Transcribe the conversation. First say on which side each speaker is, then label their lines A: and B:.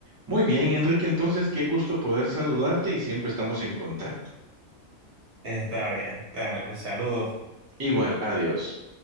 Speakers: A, on the right (about 25°); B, on the right (about 55°).
A: Muy bien, Enrique, entonces, qué gusto poder saludarte y siempre estamos en contacto.
B: Está bien. Claro, pues saludos.
A: Igual, adiós.